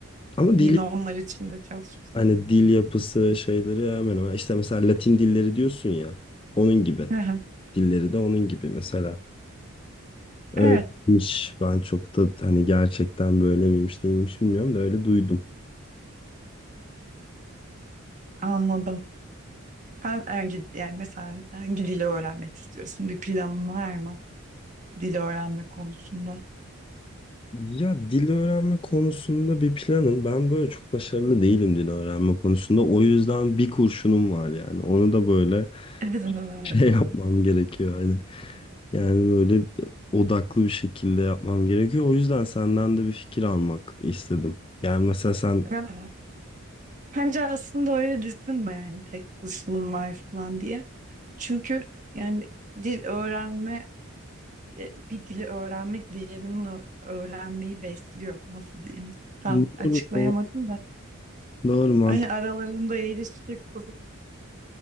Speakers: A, on the left; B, on the right.
A: Ama
B: yine
A: dili
B: onlar için de çalışırsın.
A: Hani dil yapısı şeyleri hemen hemen. İşte mesela Latin dilleri diyorsun ya. Onun gibi.
B: Hı hı.
A: Dilleri de onun gibi mesela. Öyleymiş.
B: Evet
A: Ben çok da hani gerçekten böyle miymiş neymiş bilmiyorum da öyle duydum.
B: anladım. Sen hangi, yani mesela hangi dili öğrenmek istiyorsun? Bir planın var mı? Dil öğrenme konusunda.
A: Ya dil öğrenme konusunda bir planım. Ben böyle çok başarılı değilim dil öğrenme konusunda. O yüzden bir kurşunum var yani. Onu da böyle
B: <laughs>
A: şey <laughs> yapmam gerekiyor. Hani yani böyle odaklı bir şekilde yapmam gerekiyor. O yüzden senden de bir fikir almak istedim. Yani mesela sen
B: Evet. Bence aslında öyle düşünme yani tek kuşluğum var falan diye. Çünkü yani dil öğrenme, e, bir dili öğrenmek diğerinin ö- öğrenmeyi besliyor. Nasıl diyeyim? Tam
A: Doğru,
B: açıklayamadım
A: doğru,
B: da.
A: doğru mantıklı.
B: Hani aralarında ilişki kurup